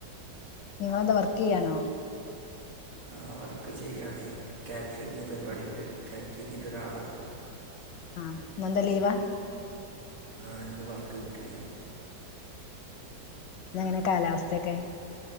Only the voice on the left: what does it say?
നിങ്ങളെന്താ വർക്ക് ചെയ്യാണോ?
ആഹ് ഇന്നെന്താ ലീവാ
ഇന്നെങ്ങനെ കാലാവസ്ഥയൊക്കെ